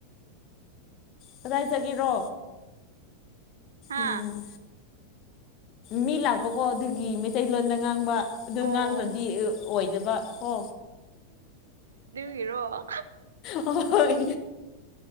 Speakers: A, on the left; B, on the right.
A: ꯀꯗꯥꯏ ꯆꯠꯒꯦꯔꯣ
B: ꯍꯥ
A: ꯎꯝ ꯃꯤ ꯂꯥꯛꯄꯀꯣ ꯑꯗꯨꯒꯤ ꯃꯩꯇꯩꯂꯣꯟꯗ ꯉꯥꯡꯕ ꯑꯗꯨ
B: ꯑꯣ
A: ꯉꯥꯡꯗ꯭ꯔꯗꯤ ꯑꯣꯏꯗꯕ ꯀꯣ
B: ꯍꯤꯔꯣ
A: ꯍꯣꯏ